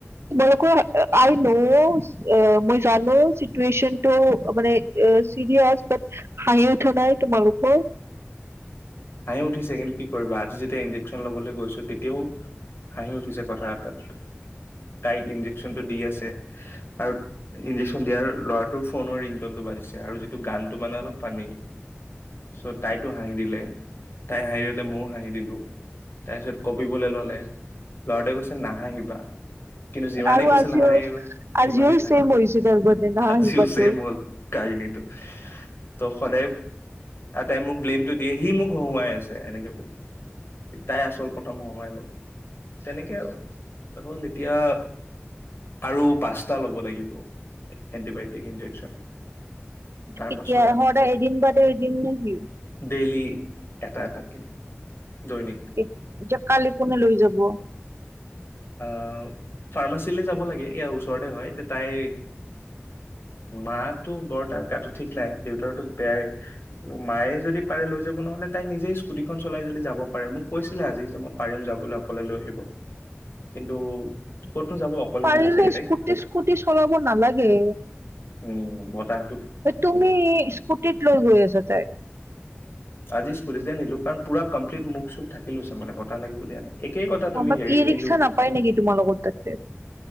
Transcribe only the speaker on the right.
বৰকোৱা আই নোচ মই জানো চিটুৱেচনটো মানে চিৰিয়াচ ব হাঁহি উঠোৱা নাই তোমালোকৰ
আৰু
আজিও
আজিও
ছেম হৈছে তাৰ মানে নাহাঁহিবাতো
কেতিয়া
সদায় এদিন বা এদিন নেকি?
এত কালি কোনে লৈ যাব।
পাৰিলে
স্কুটি স্কুটি চলাব নালাগে।
তুমি স্কুটিত লৈ গৈ আছা তাইক।
অ বাট
ই ৰিক্সা
নাপায় নেকি তোমালোকৰ তাতে